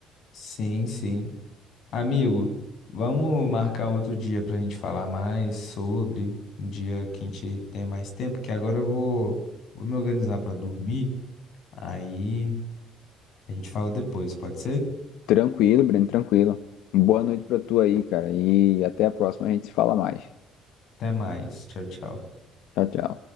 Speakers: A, on the left; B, on the left.
A: Sim, sim. Amigo, vamos marcar outro dia para a gente falar mais sobre, um dia que a gente tem mais tempo, que agora eu vou, vou me organizar para dormir, aí a gente fala depois, pode ser?
B: Tranquilo, Breno, tranquilo. Boa noite pra tu aí, cara. E até a próxima, a gente se fala mais.
A: Até mais, tchau, tchau.
B: Tchau, tchau.